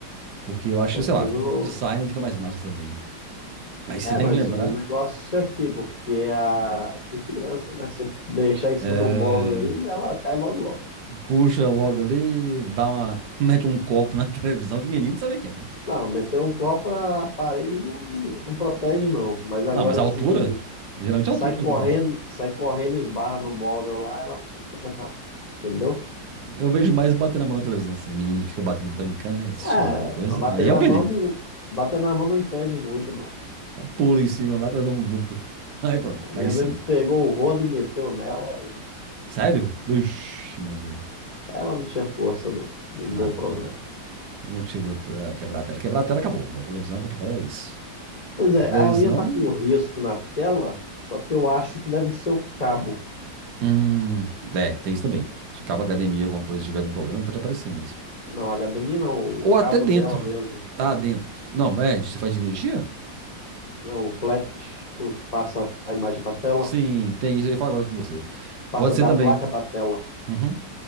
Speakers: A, on the right; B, on the left.
A: porque eu acho,
B: Aqui
A: sei lá,
B: no...
A: o design fica mais massa também. Aí você
B: É,
A: tem
B: mas
A: que lembrar,
B: o negócio é aqui, porque a... tem criança, né? Você deixar em cima
A: é,
B: do móvel aí, ela cai logo logo.
A: puxa logo ali, dá uma, <laughs> mete um copo na televisão, que menino sabe o que é, né?
B: Não, meter um copo na parede não, não protege, não. Mas agora,
A: Não, mas a
B: assim,
A: altura, geralmente é
B: Sai
A: a altura, né,
B: correndo,
A: que eu falo.
B: sai correndo, esbarra no móvel lá, ela. já tá Entendeu?
A: Eu vejo mais batendo a mão na televisão. Assim. Menino fica batendo, brincando, né? Assistindo
B: É,
A: alguma coisa.
B: mas bater
A: Aí é
B: na
A: o perigo.
B: mão não. Bater na mão não impede muito, não.
A: Pula em cima lá, traz um. puf. <laughs> Aí pronto,
B: A
A: cai
B: minha
A: em cima.
B: mesmo pegou o rodo e meteu nela, e
A: Sério? Vixe, Maria.
B: ela não tinha força, não. Não
A: Ah,
B: deu
A: então
B: problema.
A: tá bom. Então não chegou a t- a quebrar a tela. Quebrar a tela acabou. A televisão é complicada, é isso.
B: Pois
A: Porque
B: é,
A: a televisão.
B: a minha tá com um risco na tela, só que eu acho que deve ser o cabo.
A: Hum, é, tem isso também. Se acaba a academia, alguma coisa, se tiver algum problema, pode aparecer mesmo.
B: Não, a HDMI não, o
A: Ou até
B: cabo
A: dentro.
B: dela mesmo.
A: Ah, dentro. Não, é, você faz de energia?
B: Não, o flat, o que passa a imagem para tela,
A: Sim, tem isso. Eu ia falar agora com você.
B: passa
A: Pode
B: da
A: ser também.
B: placa para tela.
A: Uhum,